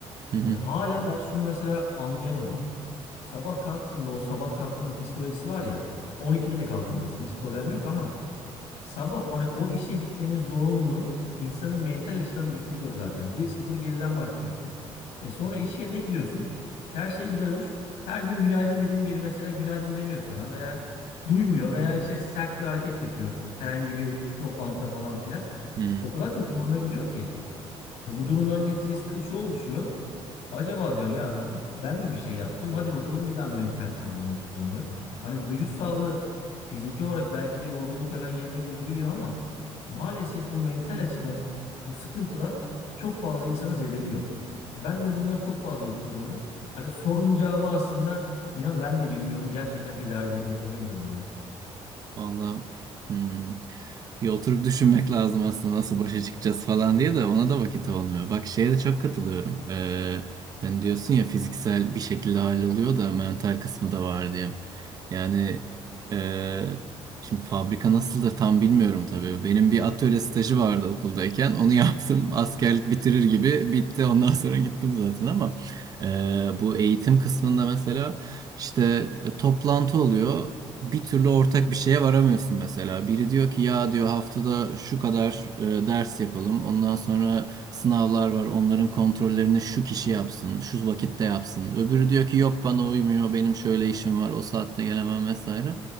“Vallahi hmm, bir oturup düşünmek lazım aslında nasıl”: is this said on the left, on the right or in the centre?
Right